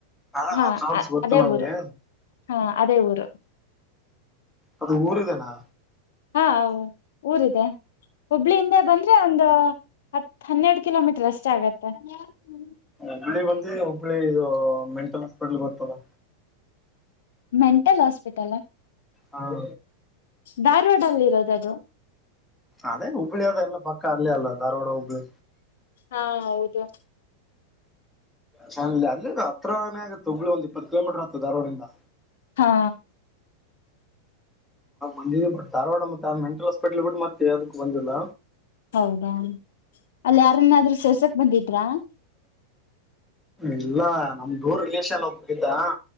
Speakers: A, in the centre; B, on the left.
A: ಅದ
B: ಹಾ
A: ಟ್ರಾವೆಲ್ಸ್ ಗೊತ್ತು
B: ಅದೇ
A: ನಮ್ಗೆ
B: ಊರು ಹಾ ಅದೇ ಊರು
A: ಅದು ಊರ ಇದನಾ
B: ಹಾ ಹ ಊರಿದೆ ಹುಬ್ಳ ಹಿಂದೆ ಬಂದ್ರೆ ಒಂದು ಹತ್ ಹನ್ನೆರಡು ಕಿಲೋಮೀಟರ್ ಅಷ್ಟೇ ಆಗೆ <unintelligible>
A: ಒಬ್ಬಳಿ ಬಂದ ಒಬ್ಬಳಿ ಇದು ಮೆಂಟಲ್ ಹಸ್ಪಿಟಲ್ ಬರ್ತ್ತಲ್ಲ
B: ಮೆಂಟಲ್ ಹಾಸ್ಪಿಟಲ್
A: ಹೌ
B: ಧಾರವಾಡ ಅಲ್ಲಿ ಇರೋದ ಅದು
A: ಅದೇ ಹುಬ್ಬಳಿ ಅದ ಎಲ್ಲ ಪಕ್ಕ ಅಲ್ಲಿ ಅಲ್ಲ ಧಾರವಾಡ ಹುಬ್ಳಿ
B: ಹಾ ಹೌದು
A: ಚನ್ನ ಅಲ್ಲಿ ಹತ್ರಾನೇ ಆಗತ್ತೆ ತಳು ಒಂದ್ ಇಪ್ಪತ್ತು ಕಿಲೋಮೀಟರ್ ಆಗ್ತದೆ ಧವಾಡಿಂದ
B: ಹಾ
A: ಂದಟ್ ಧಾರವಾಡ ಮತ್ತೆ ಮೆಂಟ್ರಲ್ ಹಸ್ಪಿಟ್ಲ್ ಬಿಟ್ಟ ಮತ್ತೆಾವದಕ್ಕ ಬಂದಿಲ್ಲ
B: ಹೌದಾ ಅಲ್ಲಿ ಯಾರನಾದ್ರೂ ಸರ್ಸಕ್ ಬಂದಿದ್ರಾ
A: ಇಲ್ಲಾ ನಮ್ದ ೂರ ರಿಲಷನ್ ಒಬ್ರು ತಿಂದಾ